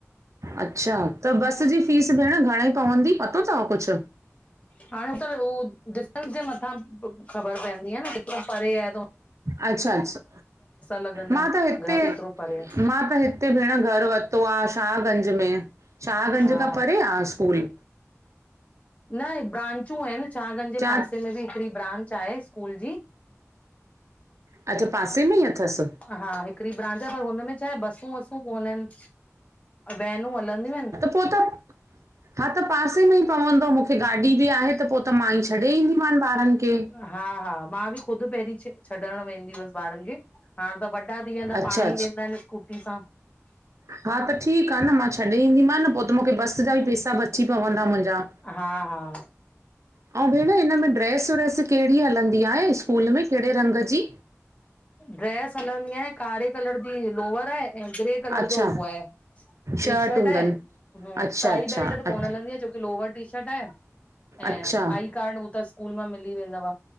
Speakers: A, on the right; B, on the left.
A: अच्छा, त बस ॼी फीस भेण घणे पवंदी, पतो तव कुछ?
B: हाणे, त उ डिस्टेंस ॼे मथां ख़बर पइदी आ न कितरो परे आये।
A: अच्छा-अच्छा
B: लॻंदा
A: मां
B: आहिनि
A: त हिते,
B: घर केतिरो परे आहे
A: मां त हिते हिते, भेण घर वरतो आ। शाहगंज में, शाहगंज
B: हा
A: खां परे आ स्कूल?
B: न, ब्रांचू आयन शाहगंज ॼे
A: जा
B: पासे में ॿि हिकिड़ी ब्रांच आ स्कूल ॼी।
A: अच्छा, पासे में ई अथस?
B: हां, हिकड़ी ब्रांच आहे। पर हुनमें छा आह, बसूं-वसु कुक कोन, वेनूं हलंदियूं आहिन।
A: पोइ त। हां, त पासे में ई पवंदो, मूंखे गाॾी बि आहे, त पोइ त मां ई छॾे ईंदीमनि ॿारनि खे।
B: हां, हां। मां बि ख़ुदि पहिरीं छ छॾणु वेंदी हुयअसि ॿारनि खे। हाणे, त वॾा थी वेंदा,
A: अच्छा
B: पाण ई वेंदा आहिन, स्कूटी सां।
A: हां, त ठीकु आहे न, मां त छॾे ईंदीम न पोइ त, मूंखे बस जा बि पैसा बची पवंदा मुंहिंजा।
B: हां, हां।
A: ऐं, भेण हिनमें ड्रेस-व्रेस कहिड़ी हलंदी आहे? स्कूल में कहिड़े रंग जी?
B: ड्रेस हलंदी आहे। कारे कलर जी लोवर आहे, ऐं ग्रे कलर
A: अच्छा
B: जो उहा आहे। टीशर्ट
A: शर्ट हूंदनि
B: आहे।
A: अच्छा
B: टाई
A: अच्छा
B: बैल्ट त
A: अच
B: कोन हलंदी आहे, छोकी लोवर टीशर्ट आहे। ऐं
A: अच्छा
B: आई कार्ड हू त स्कूल मां मिली वेंदव।